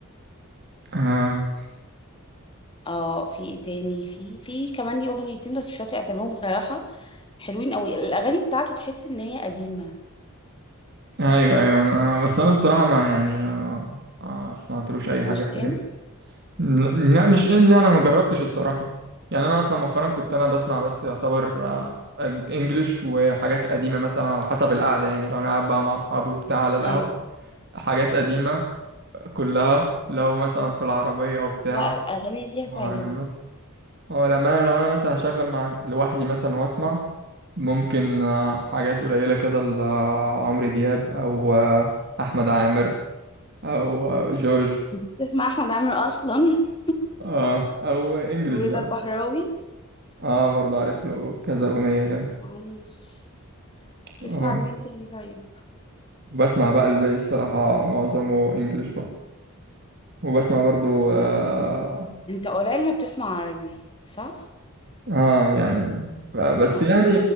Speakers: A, on the right; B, on the left.
A: آه.
B: اه في ايه تاني في في كمان ليه اغنيتين بس مش فاكره اساميهم بصراحه حلوين قوي الاغاني بتاعته تحس ان هي قديمه
A: ايوه ايوه انا بس انا الصراحة ما يعني آه، ما سمعتلوش اي حاجة
B: مش
A: قبل
B: ام
A: كده لا لا، مش ان يعني انا ما جربتش الصراحة يعني انا اصلا مؤخرا كنت انا بسمع بس يعتبر آه،
B: مم.
A: انجليش وحاجات قديمة مثلا على حسب القعدة يعني لو انا قاعد بقى مع اصحابي وبتاع على القهوة
B: ايوه
A: حاجات قديمة كلها لو مثلا في العربية وبتاع
B: لا الاغاني دي
A: مهرجانات
B: هتعجبك
A: هو لما انا لو انا مثلا هشغل مع لوحدي مثلا واسمع ممكن آه، حاجات قليله كده لعمرو دياب او آه، احمد عامر او آه، جورج
B: <laughs> تسمع احمد عامر اصلا <laughs>
A: اه او انجلش
B: ورضا
A: بس
B: البحراوي
A: اه برضه عارف له كذا اغنيه كده
B: معلش تسمع
A: آه،
B: لمين تاني طيب
A: وبسمع بقى الباقي الصراحه معظمه انجلش بقى وبسمع برضه آه،
B: انت قليل ما بتسمع عربي صح
A: اه يعني ف- بس
B: اه
A: يعني